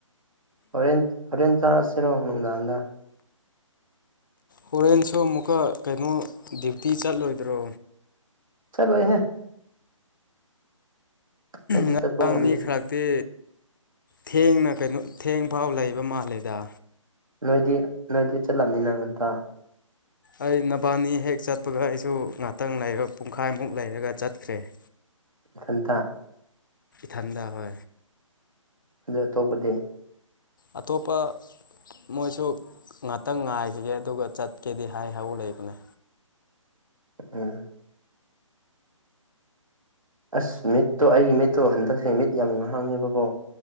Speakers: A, on the right; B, on the left.
A: ꯍꯣꯔꯦꯟ ꯍꯣꯔꯦꯟ ꯆꯥꯔꯁꯤꯔꯣ ꯍꯅ ꯑ
B: ꯍꯣꯔꯦꯟꯁꯨ ꯑꯃꯨꯛꯀ ꯀꯩꯅꯣ ꯗ꯭ꯌꯨꯇꯤ ꯆꯠꯂꯣꯏꯗ꯭ꯔꯣ
A: ꯆꯠ ꯚ ꯍꯦ ꯑꯩꯗꯤ
B: ꯉꯔꯥꯡ
A: ꯆꯠꯄ ꯉꯝꯗꯦ
B: ꯃꯤ ꯈꯔꯛꯇꯤ ꯊꯦꯡꯅ ꯀꯩꯅꯣ ꯊꯦꯡ ꯐꯥꯎ ꯂꯩꯕ ꯃꯥꯜꯂꯦꯗ
A: ꯅꯣꯏꯗꯤ ꯅꯣꯏꯗꯤ ꯆꯠꯂꯝꯕꯅꯤꯅꯪ ꯉꯟꯇ
B: ꯑꯩ ꯅꯕꯥꯅꯤ ꯍꯦꯛ ꯆꯠꯄꯒ ꯑꯩꯁꯨ ꯉꯥꯛꯇꯪ ꯄꯨꯡꯈꯥꯏꯃꯨꯛ ꯂꯩꯔꯒ ꯆꯠꯈ꯭ꯔꯦ <inaudible>
A: ꯊꯟꯇ
B: ꯊꯥꯗꯥ ꯍ
A: ꯑꯗꯨ ꯊꯣꯛꯄꯗꯤ
B: ꯑꯇꯣꯞꯄ ꯃꯣꯏꯁꯨ ꯉꯥꯛꯇꯪ ꯉꯥꯏꯈꯤꯒꯦ ꯑꯗꯨꯒ ꯆꯠꯀꯦꯗꯤ ꯍꯥꯏꯍꯧ ꯂꯩꯕꯅꯦ꯫
A: ꯎꯝ꯫ ꯑꯁ ꯃꯤꯠꯇꯣ ꯑꯩꯒꯤ ꯃꯤꯠꯇꯣ ꯍꯟꯗꯛꯁꯦ ꯃꯤꯠ ꯌꯥꯝ ꯉꯥꯡꯉꯕꯀꯣ